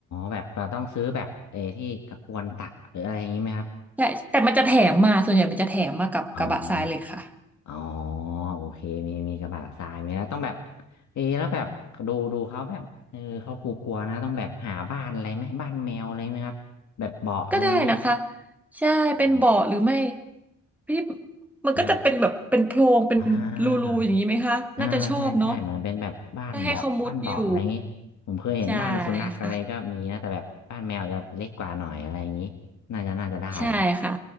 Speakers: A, on the left (about 65°); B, in the centre.
A: แบบเราต้องซื้อแบบเออที่กระพวนตักหรืออะไรอย่างนี้ไหมครับ
B: ใช่แต่มันจะแถมมาส่วนใหญ่มันจะแถมมากับกระบะทรายเลยค่ะ
A: อ๋ออ๋อโอเคมี มีกระบะทรายมีแล้วต้องแบบเอะแล้วแบบดู ดูเขาแบบเออเขากลัวๆนะต้องแบบหาบ้านอะไรไหม บ้านแมวอะไรไหมครับแบบเบาะอะไรอย่างเงี้ย
B: ก็ได้นะคะใช่เป็นเบาะหรือไม่
A: อม
B: พี่มันก็จะเป็นแบบเป็นโพรงเป็นรูๆอย่างนี้ไหมคะน่าจะชอบเนาะ
A: อ่าอ่าอ่าใช่ใช่เหมือนเป็นแบบบ้านเบาะบ้านเบาะอะไรอย่างงี้ผมเคยเห็นบ้านสุนัขอะไรก็มีนะแต่แบบบ้านแมวจะเล็กกว่าหน่อยอะไรอย่างงี้น่าจะน่าจะได้แล้ว
B: ได้ให้เขามุดอยู่ใช่ค่ะใช่ค่ะ